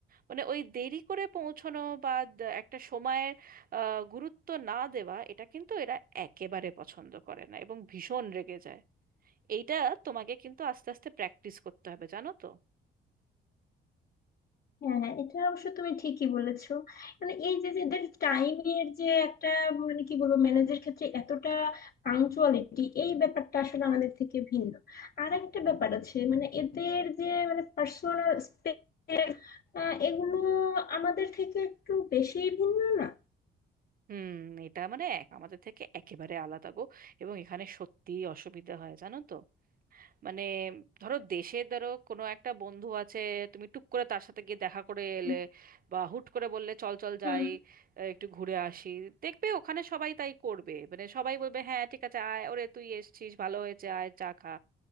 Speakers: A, on the right; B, on the left.
A: মানে ওই দেরি করে পৌঁছানো বা দ- একটা সময়ের আহ, গুরুত্ব না দেওয়া এটা কিন্তু এরা একেবারে পছন্দ করে না এবং ভীষণ রেগে যায় এইটা তোমাকে কিন্তু আস্তে আস্তে প্র্যাকটিস করতে হবে জানো তো
B: হ্যাঁ হ্যাঁ এটা অবশ্য তুমি ঠিকই বলেছো মানে এই যে যে এদের টাইমের যে একটা মানে কি বলবো ম্যানেজের ক্ষেত্রে এতটা পাংচুয়ালিটি এই ব্যাপারটা আসলে আমাদের থেকে ভিন্ন আর একটা ব্যাপার আছে মানে এদের যে মানে পার্সোনাল স্পেস এগুলো আমাদের থেকে একটু বেশি ভিন্ন না
A: হুম এটা মানে এক আমাদের থেকে একেবারে আলাদা গো এবং এখানে সত্যিই অসুবিধা হয় জানো তো মানে ধরো দেশে ধরো কোনো একটা বন্ধু আছে তুমি টুক করে তার সাথে গিয়ে দেখা করে এলে
B: হুম
A: বা হুট করে বললে চল চল
B: হুম,
A: যাই আহ, একটু ঘুরে আসি দেখবে ওখানে সবাই তাই করবে মানে সবাই বলবে হ্যাঁ ঠিক আছে আয় ওরে তুই এসেছিস ভালো হয়েছে আয় চা খা